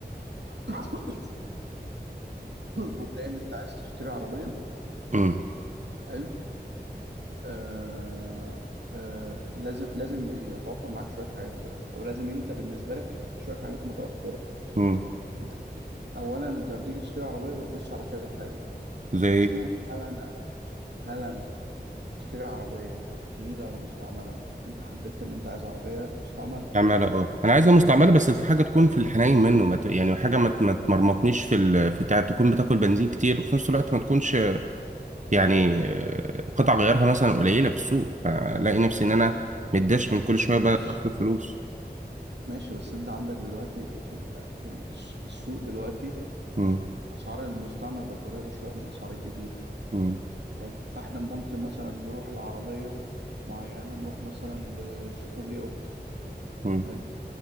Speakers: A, on the right (about 85°); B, on the right (about 45°).
A: <coughs> مبدئيا انت عايز تشتري عربية
B: امم
A: حلو آه آه لازم لازم يتوفر معاك شوية حاجات كده او لازم انت بالنسبة لك يبقى في شوية حاجات متوفرة
B: امم
A: انت اولا انت لما بتيجي تشتري عربية بتبص على كذا حاجة
B: زي
A: بتشوف هل انا هل انا هشتري عربية جديدة ولا مستعملة انت حددت ان انت عايز عربية مستعملة
B: مستعمله
A: صح
B: اه انا عايزها مستعمله بس حاجه تكون في الحنين منه ما ت- يعني حاجه ما ت- ما تمرمطنيش في ال... في تع- تكون بتاكل بنزين كتير وفي نفس الوقت ما تكونش يعني آه، قطع غيارها مثلا قليلة في السوق فلاقي نفسي إن أنا متداش من كل شوية ب-
A: ماشي
B: بصرف فلوس
A: ماشي بس انت عندك دلوقتي في ال- في الس- السوق دلوقتي
B: مم.
A: اسعار المستعمل بقت قريبة شوية من اسعار الجديد
B: مم.
A: حلو فاحنا ممكن مثلا نروح لعربية معينة نروح مثلا لشيفورلي اوبتر
B: مم.
A: حلو